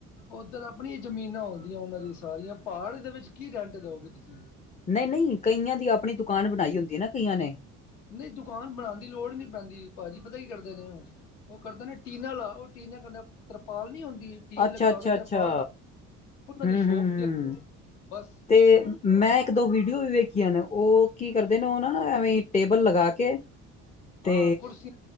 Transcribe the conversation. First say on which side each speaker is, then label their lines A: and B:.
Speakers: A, on the left; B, on the left.
A: ਉੱਧਰ ਆਪਣੀ ਜ਼ਮੀਨਾਂ ਆਉਂਦੀਆਂ ਉਹਨਾਂ ਦੀ ਸਾਰੀਆਂ ਪਹਾੜ ਦੇ ਵਿੱਚ ਕੀ ਰੈਂਟ ਦਓਗੇ ਤੁਸੀਂ
B: ਨਹੀਂ ਨਹੀਂ ਕਈਆਂ ਦੀ ਆਪਣੀ ਦੁਕਾਨ ਬਣਾਈ ਹੁੰਦੀ ਹੈ ਨਾ ਕਈਆਂ ਨੇ
A: ਨਹੀਂ ਦੁਕਾਨ ਬਣਾਉਣ ਦੀ ਲੋੜ ਹੀ ਨਹੀਂ ਪੈਂਦੀ ਭਾਜੀ ਪਤਾ ਕੀ ਕਰਦੇ ਨੇ ਉਹ ਉਹ ਕਰਦਾ ਨੇ ਟੀਨਾ ਲਾ, ਉਹ ਟੀਨਾ ਕਹਿੰਦਾ ਤਰਪਾਲ ਨਹੀਂ ਹੁੰਦੀ ਟੀਨ
B: ਅੱਛਾ
A: ਲਗਵਾ
B: ਅੱਛਾ
A: ਕੇ ਤਰਪਾਲ
B: ਅੱਛਾ
A: ਲਾ ਉਹਨਾਂ
B: ਹੂੰ
A: ਦੀ ਸ਼ੋਪ
B: ਹੂੰ ਹੂੰ।
A: ਤੇ ਆ ਬਸ।
B: ਤੇ ਮੈਂ ਇੱਕ ਦੋ ਵੀਡੀਓ ਵੀ ਵੇਖੀਆਂ ਨੇ, ਉਹ ਕੀ ਕਰਦੇ ਨੇ ਉਹ ਨਾ ਐਵੇਂ ਟੇਬਲ ਲਗਾ ਕੇ ਤੇ
A: ਹਾਂ ਕੁਰਸੀ